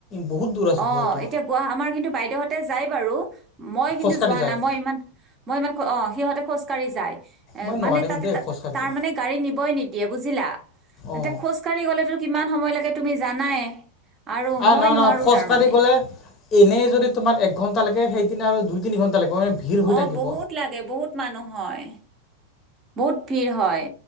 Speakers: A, on the left (about 35°); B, on the right (about 30°).
A: বহুত দূৰ আছে
B: অঁ
A: হয়তো
B: এতিয়া আমাৰ কিন্তু বাইদেউ হতে জাই থাকে ই বাৰু। মই কিন্তু
A: খোজকাঢ়ি
B: যোৱা
A: যায়
B: নাই মই ইমান মই ইমান ক। অঁ সিহঁতে খোজকাঢ়ি যায়। এ
A: মই
B: মানে
A: নোৱাৰিম
B: তাতে
A: দেই খোজ কাঢ়িব
B: তাৰ মানে গাড়ী নিবই নিদিয়ে বুজিলা এয়া
A: অঁ
B: খোজ খোজকাঢ়ি গলে কিমান সময় লাগে। তুমি জানাই। আৰু
A: আহ
B: মই
A: নহয়
B: নোৱাৰোঁ
A: নহয় খোজকাঢ়ি
B: তাৰমানে।
A: গ'লে এনেই যদি তোমাৰ এক ঘণ্টা লাগে সেইদিনা আৰু দুই তিনি ঘণ্টা লাগিব মানে ভিৰ হৈ
B: অ
A: থাকিব
B: বহুত লাগে বহুত মানুহ হয়। বহুত ভিৰ হয়,